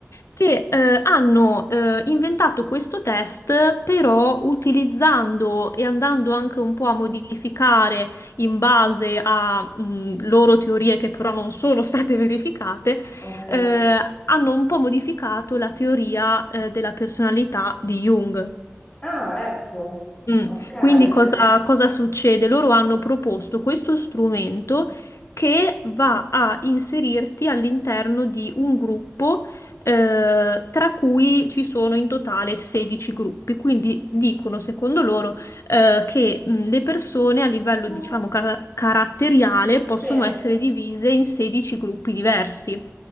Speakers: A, on the left; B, on the left.
A: che eh, hanno eh, inventato questo test, però utilizzando e andando anche un po' a modificare in base a mh, loro teorie che però non sono state verificate,
B: ok.
A: eh, hanno un po' modificato la teoria eh, della personalità di Jung.
B: Ah, ecco.
A: Mm,
B: Ok,
A: Quindi cosa,
B: ok.
A: cosa succede? Loro hanno proposto questo strumento che va a inserirti all'interno di un gruppo, eh, tra cui ci sono in totale 16 gruppi. Quindi dicono, secondo loro, eh, che mm, le persone a livello,
B: Mm,
A: diciamo, ca- caratteriale possono
B: Sì,
A: essere divise in 16 gruppi diversi.